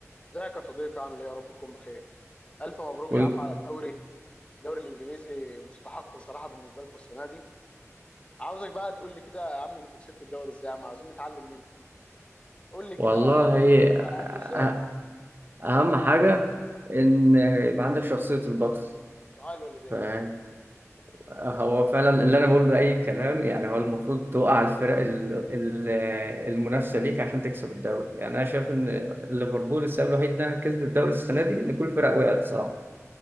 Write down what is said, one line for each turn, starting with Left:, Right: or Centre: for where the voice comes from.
Left: ازيك يا صديقي عامل ايه يا رب تكون بخير الف مبروك
Right: كل
Left: يا عم على الدوري الدوري الانجليزي مستحق بصراحه بالنسبه لكم السنه دي عاوزك بقى تقول لي كده يا عم انتوا كسبتوا الدوري ازاي يا عم عاوزين نتعلم منكم قول لي كده
Right: والله أه-
Left: حققتوه ازاي
Right: أهم حاجة إن يبقى عندك شخصية البطل
Left: دعاء الوالدين
Right: فاهم هو فعلا اللي أنا بقوله ده أي كلام يعني هو المفروض توقع الفرق ال- ال- المنافسة ليك عشان تكسب الدوري يعني أنا شايف إن ليفربول السبب الوحيد إنها كسبت الدوري السنة دي إن كل الفرق وقعت صراحة